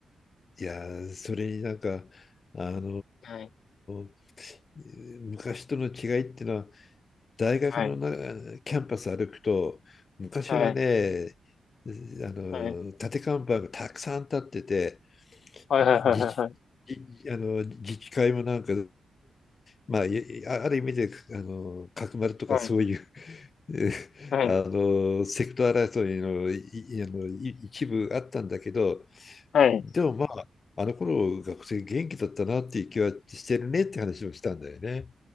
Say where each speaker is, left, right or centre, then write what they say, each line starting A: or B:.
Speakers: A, on the left; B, on the left.
A: いやー、それになんか、あの
B: はい、
A: ー昔との違いっていうのは、大学のな
B: はい、
A: キャンパス歩くと、昔はね、
B: はい、
A: あの立て看板がたくさん立ってて、
B: はい、はい、
A: 自治じあの自治会もなんか、
B: はい、はい、
A: まあ、いある意味であの角丸とかそういう
B: はい、
A: <laughs>
B: はい、
A: あのセクト争いのいあのい一部あったんだけど、
B: はい。
A: でもまあ、
B: <laughs> はい
A: あの頃学生元気だったなっていう気はしてるねって話をしたんだよね。